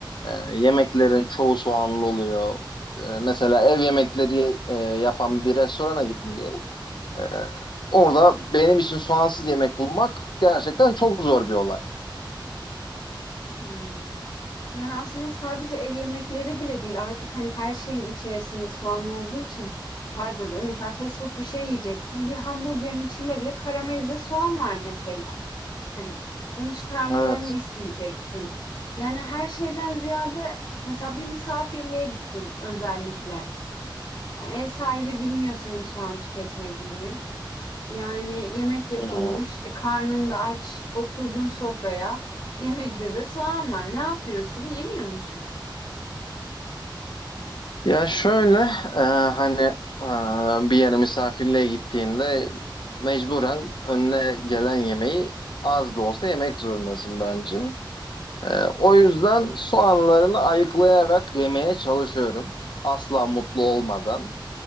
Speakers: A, on the left; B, on the left.
A: e, yemeklerin çoğu soğanlı oluyor. E, mesela ev yemekleri e, yapan bir restorana gittim diyelim. E, orada benim için soğansız yemek bulmak gerçekten çok zor bir olay.
B: Hmm. Yani aslında sadece ev yemekleri bile değil. Artık hani her şeyin içerisinde soğan olduğu için farz edelim. Mesela fast food bir şey yiyeceksin. Bir hamburgerin içinde bile karamelize soğan var mesela. Hani, bunu çıkarmalarını
A: Evet.
B: isteyeceksin. Yani her şeyden ziyade mesela bir misafirliğe gittin özellikle. Yani ev sahibi bilmiyor senin soğan tüketmediğini. Yani yemek yapılmış,
A: Hı hı.
B: e, karnın da aç, oturdun sofraya. Yemekte de soğan var. Ne yapıyorsun? Yemiyor musun?
A: Ya şöyle e, hani e, bir yere misafirliğe gittiğinde mecburen önüne gelen yemeği az da olsa yemek zorundasın bence. E, o yüzden soğanlarını ayıklayarak yemeye çalışıyorum. Asla mutlu olmadan.